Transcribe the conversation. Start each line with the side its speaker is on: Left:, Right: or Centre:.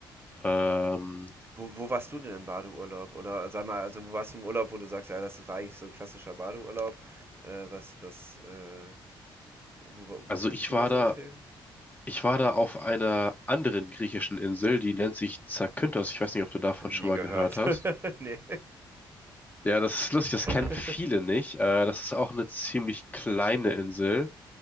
Left: Ähm,
Right: Wo, wo warst du denn im Badeurlaub? Oder sag mal, also wo warst du im Urlaub, wo du sagst, ja, das war eigentlich so ein klassischer Badeurlaub. Äh, was, was, äh, wo, wo-
Left: also
Right: was kannst
Left: ich
Right: du
Left: war
Right: da so
Left: da
Right: empfehlen?
Left: Ich war da auf einer anderen griechischen Insel, die nennt sich Zakynthos. Ich weiß nicht, ob du davon
Right: Noch nie
Left: schon mal
Right: gehört.
Left: gehört hast.
Right: <laughs> Nee.
Left: Ja, das ist lustig, das
Right: <laughs>
Left: kennen viele nicht. Äh, das ist auch eine ziemlich kleine Insel.